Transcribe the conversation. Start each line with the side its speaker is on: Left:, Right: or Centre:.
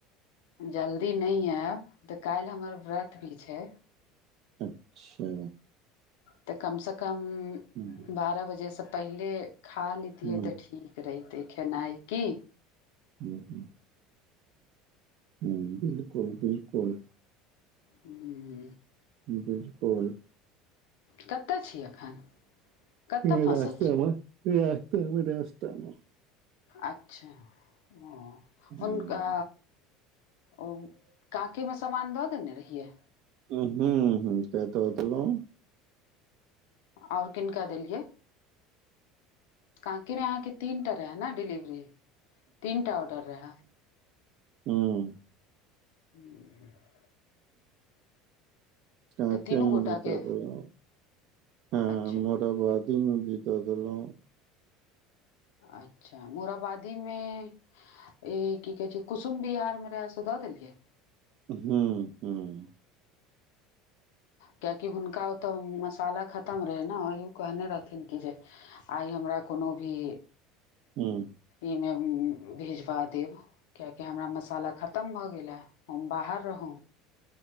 Left: जल्दी नै आयब तऽ काल्हि हमर व्रत भी छै
Right: अच्छा
Left: तऽ कम से कम
Right: हूँ
Left: बारह बजे से पहिले खा लतियै
Right: हूँ
Left: तऽ ठीक रहितै खेनाइ की
Right: हूँ हूँ हूँ बिलकुल बिलकुल
Left: हू
Right: बिलकुल
Left: कतय छी एखन कतऽ
Right: ह
Left: फँसल
Right: रास्तमे
Left: छी
Right: तमे रास्तमे
Left: अच्छा ओ
Right: हूँ
Left: हुनका ओ काके मे सामान दऽ देने रहिये
Right: उ हूँ हूँ कत देलौ
Left: और किनका देलियै काँाकीमे अहाँके तीनटा रहै ने डिलिवरी तीन टा ऑर्डर रहै
Right: हँ
Left: हू
Right: ह क
Left: तऽ
Right: कमे
Left: तीनू गोटाके
Right: भच दे रह ह
Left: अच्छा
Right: मोराबादी मे भी दऽ देलहुँ
Left: अच्छा मोराबादी मे ई की कहे छै कुछ तुम बिहार मे रहै से दऽ देलियै
Right: हँ हँ
Left: क्याकि हुनका तऽ मसाला खरा खतम रहै ने, कहने रहथिन कि जे आइ हमरा कोनो भी
Right: हँ
Left: ईमे भिजवा देब कियकि हमरा मसाला खतम भऽ गेल ह हम बाहर रहौ